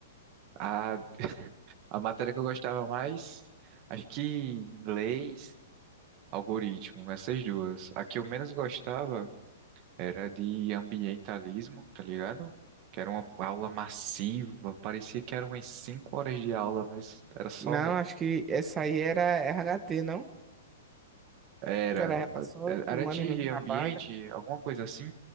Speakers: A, on the right; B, on the right.
A: A, a matéria que eu gostava mais, acho que leis, algoritmo, essas duas. A que eu menos gostava Era de ambientalismo, tá ligado? Que era uma aula massiva, parecia que eram umas 5 horas de aula, mas era só.
B: Não, acho que essa aí era RHT, não?
A: Era.
B: Que era Relações
A: Era
B: Humanas
A: de
B: no Trabalho.
A: ambiente, alguma coisa assim.